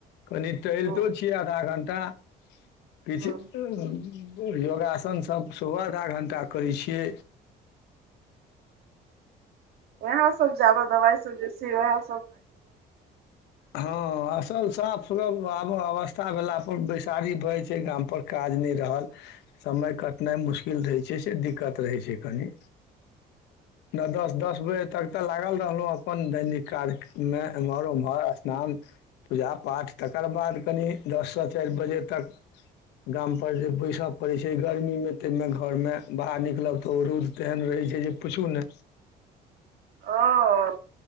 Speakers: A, on the left; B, on the right.
A: कनि
B: हूं
A: टहलितो छियै आधा घण्टा किछु
B: हूं
A: योगासन सभ सुबह आधा घण्टा करै छियै
B: वेहा सब ज्यदा दवाइ सब बेसी वएह
A: हँ असल साफ ल आब अवस्था भेला पर बैसारी भय जाय छै गाम पर काज नइ रहल समय कटनाइ मुश्किल रहै छै से दिक्कत रहै छै कनि नो दस दस बजे तक तऽ लागल रहलहुँ अपन दैनिक काज मे एम्हर उम्हर असनान पूजा पाठ तकर बाद कनि दस सँ चार बजे तक गाम पर जे बैस पड़े छै गर्मी में त मे घर मे बाहर निकलब तऽ रउद तेहन रहे हाई छ जे पूछू नइ
B: हँ